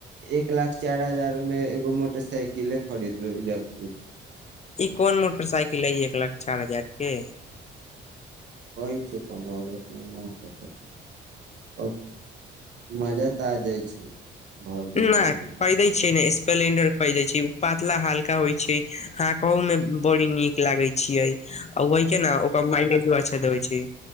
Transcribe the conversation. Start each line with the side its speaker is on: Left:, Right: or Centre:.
Right: एक लाख चार हजार मे एगो मोटरसाइकिले खरीद लू इलेक्ट्रिक।
Left: ई कोन मोटरसाइकिल अइ एक लाख चार हजार के?
Right: होइ छै को नै पता छै प मजा त आ जाइ छै। भर दिन
Left: नहि
Right: घुमै
Left: पहिरई छै नहि स्पलेंडर खोजय छै उ पातला हल्का होय छै हाॅंकहो में बड़ी नीक लागै छीयई आ ओहि के ने ओकर मायलेजो अच्छा देबई छै।